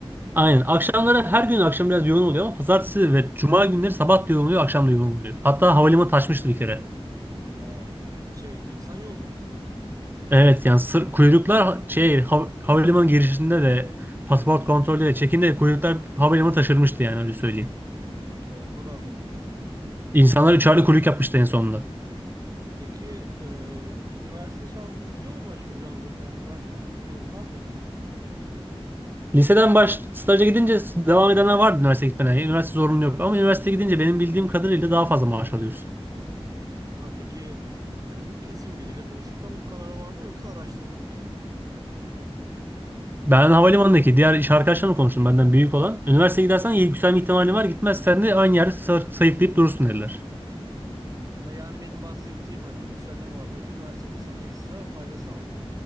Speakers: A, on the right; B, on the right.
A: Aynen. Akşamları her gün akşam biraz yoğun oluyor ama pazartesi ve cuma günleri sabah da yoğun oluyor, akşam da yoğun oluyor. Hatta havalimanı taşmıştı bir kere.
B: Aa şey insan yolundan mı?
A: Evet yani sır, kuyruklar ha- şey hav- havalimanı girişinde de pasaport kontrolü de çekinde de kuyruklar havalimanı taşırmıştı yani öyle söyleyeyim.
B: O, o kadar doluydu.
A: İnsanlar üçerli kuyruk yapmıştı en sonunda.
B: Peki e, üniversite şartı istiyor mu başvuracağım bölüm? Yani üniversite okumak zorunda mıydın?
A: Liseden baş staja gidince devam edenler vardı üniversite gitmeden. Yani Üniversite zorunlu yok ama üniversite gidince benim bildiğim kadarıyla daha fazla maaş alıyorsun.
B: Ha peki hani bu kesin biriyle konuşup da mı bu karara vardın yoksa araştırdın mı kendin?
A: Ben havalimanındaki diğer iş arkadaşlarımla konuştum benden büyük olan. Üniversiteye gidersen iyi yükselme ihtimalin var. Gitmezsen de aynı yerde sa- sayıklayıp durursun dediler.
B: Ha yani benim bahsettiğim hani yükselme muhabbeti üniversitede sana ekstra fayda sağlıyor.